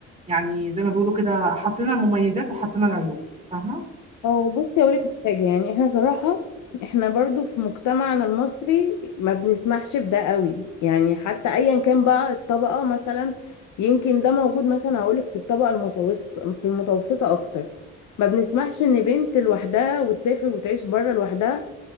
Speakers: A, on the right; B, on the left.
A: يعني زي ما بيقولوا كده حطينا المميزات وحطينا العيوب فاهمة
B: هو بصي اقول لك حاجة يعني احنا صراحة احنا برضو في مجتمعنا المصري ما بنسمحش بده قوي يعني حتى ايا كان بقى الطبقة مثلا يمكن ده موجود مثلا هقول لك في الطبقة المتوسطة في المتوسطة اكتر ما بنسمحش ان بنت لوحدها وتسافر وتعيش بره لوحدها